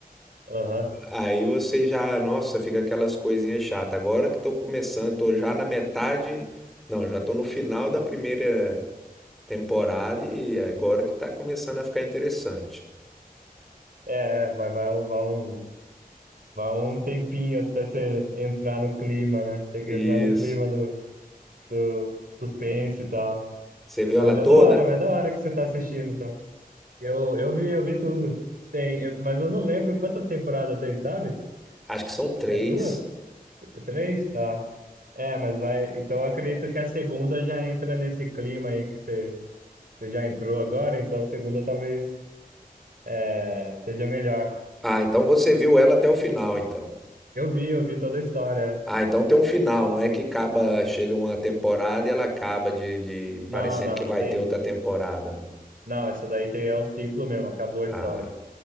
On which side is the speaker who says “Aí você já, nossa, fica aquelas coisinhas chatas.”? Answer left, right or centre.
Centre